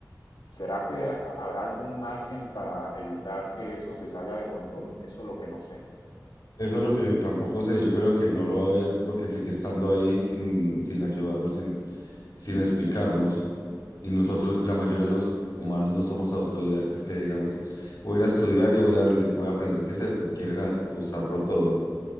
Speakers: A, on the left; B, on the left.
A: ¿Será que habrá algún margen para evitar que eso se salga de control? Eso es lo que no sé.
B: Eso es lo que tampoco sé. Yo creo que no lo va a ver porque sigue estando ahí sin, sin ayudarnos, sin sin explicarnos. Y nosotros, la mayoría de los humanos no somos autodidactas que digamos, voy a ir a estudiar y voy a, le- voy a aprender qué es esto. Quieren a- usarlo todo,